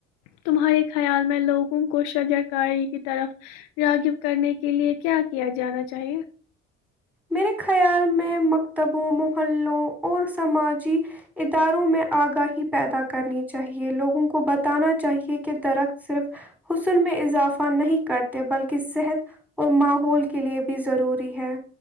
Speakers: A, on the left; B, in the centre.
A: تمہارے خیال میں لوگوں کو شجر کاری کی طرف راگب کرنے کے لیے کیا کیا جانا چاہیے
B: میرے خیال میں مکتبوں محلوں اور سماجی اداروں میں آگاہی پیدا کرنی چاہیے لوگوں کو بتانا چاہیے کہ درخت صرف حسن میں اضافہ نہیں کرتے بلکہ صحت اور ماحول کے لیے بھی ضروری ہے